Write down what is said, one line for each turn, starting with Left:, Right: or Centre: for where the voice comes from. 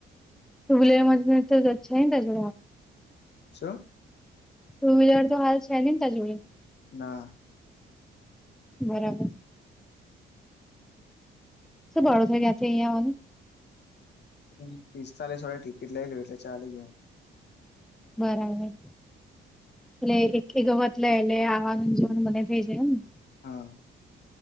Centre: તોલે મને તો જ્ છે ને તજ
Left: છ
Centre: ટુ વ્હીલર તો હાલ છે નેને ત જોડે
Left: ના
Centre: બરાબર શું ભળો થઈ ગયાથી અહંયા
Left: હમ પિસ્તાલીસ વાડે ટિકિટ લે લ એટલે ચાલી જ
Centre: બરાબર એટલે એક એક વખત લે એટલે આવાનું જવાનું મને થઈ જાય એમને
Left: હા